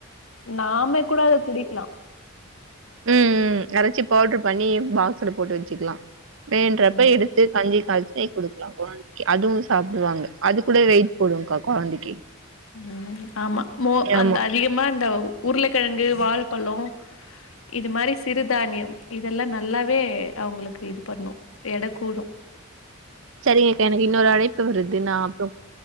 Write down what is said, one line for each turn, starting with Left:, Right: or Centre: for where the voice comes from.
Left: நாமே கூட அத குடிக்கலா
Right: உம் ம் அரைச்சி பவுட்ரு பண்ணி பாக்சுல போட்டு வச்சுக்கலா வேணுன்றப்ப
Left: ஆம்
Right: எடுத்து எடுத்து கஞ்சி காய்ச்சி குடுக்கலா கொழந் அதுவு சாப்பிடுவாங்க அது கூட வெயிட் போடுங்கா கொழந்தைக்கு
Left: உம் ஆமா மோ
Right: ஆமா.
Left: அந்த அதிகமா இந்தந்த உருளைக்கெழங்கு வாழப்பழோ இது மாரி செய் சிறுதானியோ இதெல்லா நல்லாவே அவங்களுக்கு இது பண்ணு எட கூடு
Right: சரிங்கக்கா எனக்கின்னொரு அழைப்பு வருது நா அப்புற